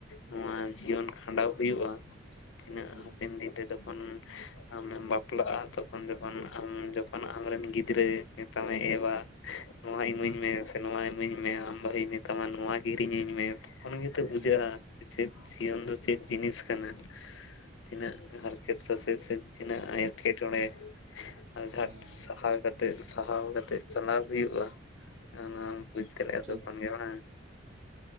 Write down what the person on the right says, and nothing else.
ᱦᱩᱸ
ᱦᱩᱸ
ᱦᱩᱸ
ᱦᱮᱸ
ᱴᱷᱤᱠ